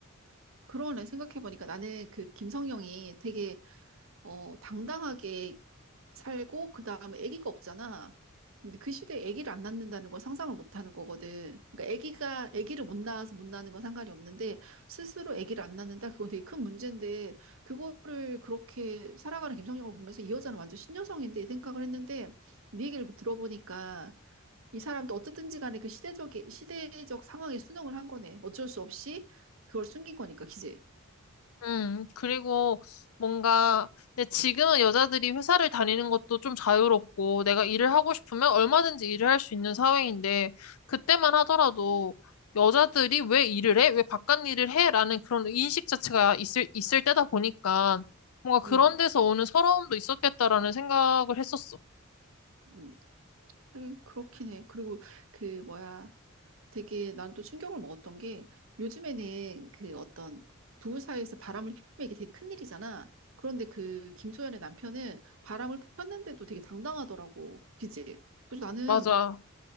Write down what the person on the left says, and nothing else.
음, 그리고 뭔가, 근데 지금은 여자들이 회사를 다니는 것도 좀 자유롭고, 내가 일을 하고 싶으면 얼마든지 일을 할 수 있는 사회인데, 그때만 하더라도 여자들이 왜 일을 해? 왜 바깥 일을 해? 라는 그런 인식 자체가 있을, 있을 때다 보니까, 뭔가 그런
데서 오는 서러움도 있었겠다라는 생각을 했었어.
맞아.